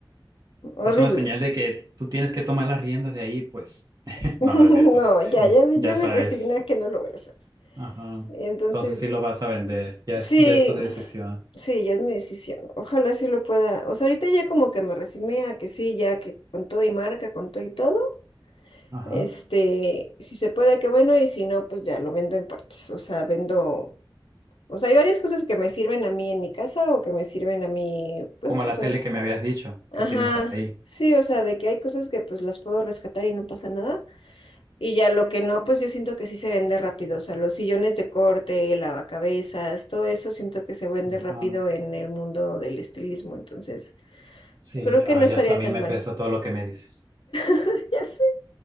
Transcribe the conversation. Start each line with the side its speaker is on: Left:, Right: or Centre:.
Left: horrible.
Right: Es una señal de que tú tienes que tomar las riendas de ahí, pues. <laughs>
Left: <laughs>
Right: No, no es cierto.
Left: No, ya,
Right: <laughs>
Left: ya, me-
Right: Ya
Left: ya me
Right: sabes.
Left: resigné a que no lo voy a hacer.
Right: Ajá.
Left: Entonces,
Right: Entonces sí lo vas a vender. Ya
Left: sí,
Right: es, ya es tu decisión.
Left: sí, ya es mi decisión. Ojalá sí lo pueda. O sea, ahorita ya como que me resigné a que sí, ya que con todo y marca, con todo y todo.
Right: Ajá.
Left: Este, si se puede, qué bueno, y si no, pues ya lo vendo en partes. O sea, vendo, o sea, hay varias cosas que me sirven a mí en mi casa o que me sirven a mí, pues,
Right: Como
Left: o
Right: la
Left: sea,
Right: tele que me habías dicho
Left: ajá,
Right: que tienes ahí.
Left: sí, o sea, de que hay cosas que pues las puedo rescatar y no pasa nada. Y ya lo que no, pues yo siento que sí se vende rápido. O sea, los sillones de corte, lavacabezas, todo eso siento que se vende
Right: Ajá.
Left: rápido en el mundo del estilismo. Entonces,
Right: Sí,
Left: creo que
Right: ay,
Left: no estaría
Right: hasta a mí
Left: tan
Right: me
Left: mal.
Right: pesa todo lo que me dices.
Left: <laughs> Ya sé,